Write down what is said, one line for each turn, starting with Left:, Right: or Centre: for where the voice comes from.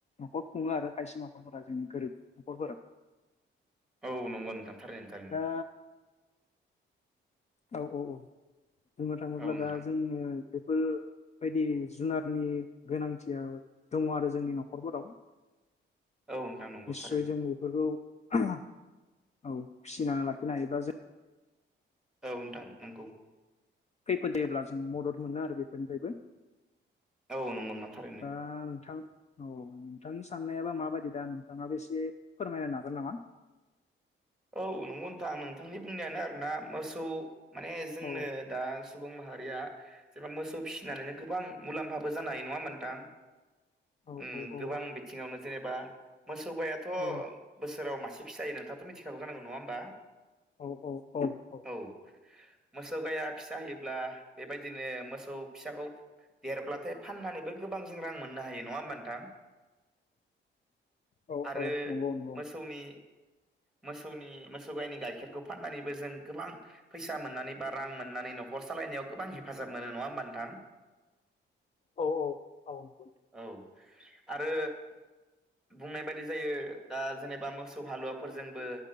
Left: न'खर खुङो आरो खायसे न'खरफोरा जोंनि गोरिब न'खरफोरा
Centre: औ नंगौ ओनथां थारैनो थारैनो
Left: दा औ औ औ बुंनो थाङोब्ला
Centre: औ नोंथां
Left: दा जोंङो बेफोर बायदि जुनारनि गोनांथिया दङ आरो जोंनि न'खरफोराव <inaudible>
Centre: औ नोंथां नंगौ
Left: निसय
Centre: थारैनो
Left: जों बेफोरखौ औ फिसिनानै लाखिनो हायोबा जों
Centre: औ नोंथां नंगौ
Left: खैफोदै जब्ला जों मदद मोनो आरो बेफोरनिफ्रायबो
Centre: औ नंगौ थारैनो
Left: दा नोंथां औ नोंथांनि साननायाबा माबायदि दा नोंथाङाबो एसे फोरमायलाय हागोन नामा?
Centre: <inaudible> औ नंगौ नोंथां नोंथांनि बुंनायानो आरोना मोसौ माने जोंनो
Left: औ
Centre: दा सुबुं माहारिया जेनबा मोसौ फिसिनानैनो गोबां मुलाम्फाबो जानाय नङा होमबा नोथां
Left: औ
Centre: ओम
Left: औ औ
Centre: गोबां बिथिङावनो जेनेबा मोसौ गायाथ'
Left: औ
Centre: बोसोराव मासे फिसा होयो नोंथांआथ' मिथिखगौ जानांगौ नङा होमबा
Left: औ औ औ औ
Centre: औ मोसौ गाया फिसा होयोब्ला बेबायदिनो मोसौ फिसाखौ देरब्लाथाय फाननानैबो गोबां जों रां मोननो हायो नङा होमबा नोंथां?
Left: औ
Centre: आरो
Left: औ नंगौ नंगौ
Centre: मोसौनि मोसौनि मोसौ गायनि गाइखेरखौ फाननानैबो जों गोबां फैसा मोननानै बा रां मोननानै न'खर <unintelligible> सालायनायाव गोबां हेफाजाब मोनो नङा होमबा नोंथां?
Left: औ औ
Centre: <inaudible>
Left: औ नंगौ
Centre: औ आरो बुंनाय बायदि जायो दा जेनेबा मोसौ हालुवा फोरजोंबो